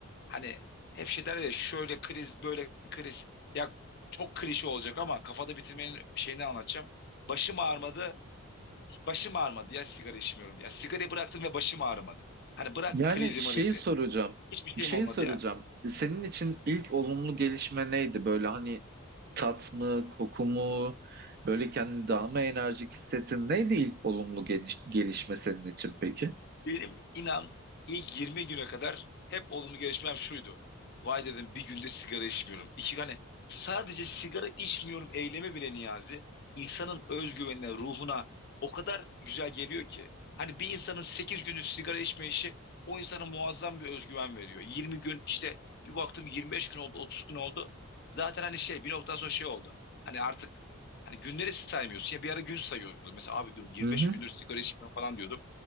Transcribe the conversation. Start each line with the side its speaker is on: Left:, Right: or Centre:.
Left: Hani hep şey derler ya şöyle kriz böyle kriz. Ya çok klişe olacak ama kafada bitirmenin şeyini anlatacağım. Başım ağrımadı, başım ağrımadı ya sigara içmiyorum. Ya sigarayı bıraktım ve başım ağrımadı. Hani bırak
Right: Yani
Left: krizi
Right: şeyi
Left: marizi.
Right: soracağım
Left: Hiçbir şeyim
Right: şeyi
Left: olmadı
Right: soracağım
Left: ya.
Right: senin için ilk olumlu gelişme neydi böyle hani tat mı koku mu böyle kendini daha mı enerjik hissettin neydi ilk olumlu geliş- gelişme senin için peki?
Left: Benim inan ilk 20 güne kadar hep olumlu gelişmem şuydu. Vay dedim bir günde sigara içmiyorum. İki hani sadece sigara içmiyorum eylemi bile Niyazi insanın özgüvenine, ruhuna o kadar güzel geliyor ki. Hani bir insanın 8 gündüz sigara içme işi o insana muazzam bir özgüven veriyor. 20 gün işte bir baktım 25 gün oldu, 30 gün oldu. Zaten hani şey bir noktadan sonra şey oldu. Hani artık hani günleri saymıyorsun. Ya bir ara gün sayıyordum. Mesela abi diyorum 25
Right: Hı hı.
Left: gündür sigara içmiyorum falan diyordum.